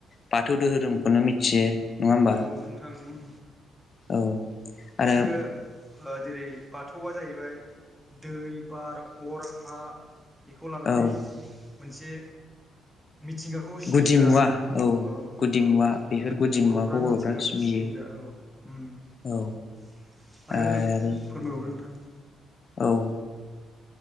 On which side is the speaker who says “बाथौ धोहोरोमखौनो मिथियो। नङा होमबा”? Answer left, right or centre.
Left